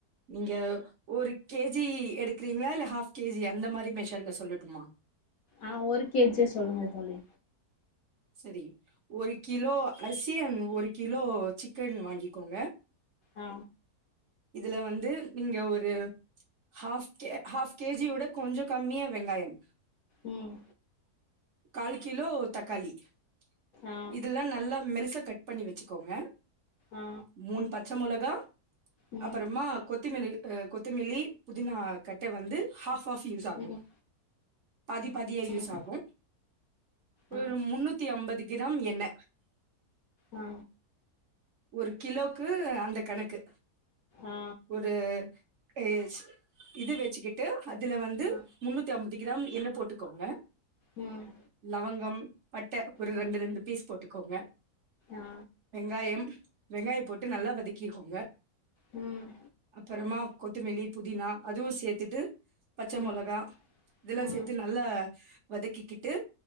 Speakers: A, on the right; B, on the left.
A: நீங்க ஒரு கேஜி எடுக்குறீங்ளா இல்ல ஹாஃப் கேஜி அந்த மாரி மெஷர்ல சொல்லட்டுமா
B: ஆ ஒரு கேஜியே சொல்லுங்க தோழி
A: சரி ஒரு கிலோ அரிசி அன்ட் ஒரு கிலோ சிக்கன் வாங்கிக்கோங்க
B: ஆ
A: இதுல வந்து நீங்க ஒரு ஹாஃப் கே ஹாஃப் கேஜியோட கொஞ்ச கம்மியா வெங்காயம்
B: உம்
A: கால் கிலோ தக்காளி <unintelligible>
B: ஆ
A: இதுலா நல்லா மெலிசா கட் பண்ணி வச்சுக்கோங்க
B: ஆ
A: மூனு பச்ச பச்ச மொளகா
B: ம்
A: அப்பறமா கொத்திமிலி அ கொத்தமிலி புதினாத் கட்ட வந்து ஹாஃப் ஆஃப் யூஸ் ஆகு
B: ம்
A: பாதி பாதியா யூஸ்
B: ம்
A: ஆகு
B: ஆ
A: ஒரு முன்னூத் அம்பது கிராம் எண்ண
B: ஆ
A: ஒரு கிலோக்கு அந்த கணக்கு
B: ஆ
A: ஒரு ஏஸ் இது வெச்சுக்கிட்டு அதுல வந்து
B: ஆ
A: முன்னூத்தி அம்பத் து கிராம் எள்ளு போட்டுக்கோங்க
B: ம்
A: லவங்கம் பட்ட ஒரு
B: ம்
A: ரெண்டு ரெண்டு பீஸ் போட்டுக்கோங்க
B: ஆ
A: வெங்காயம் வெங்காய போட்டு நல்லா வதக்கிக்கோங்க
B: ம்
A: அப்பறமா கொத்துமெல்லி புதினா அதுவு சேத்துட்டு பச்ச
B: ம்
A: மொளகா இதெல்லா
B: ம்
A: சேத்து நல்ல வதக்கிக்கிட்டு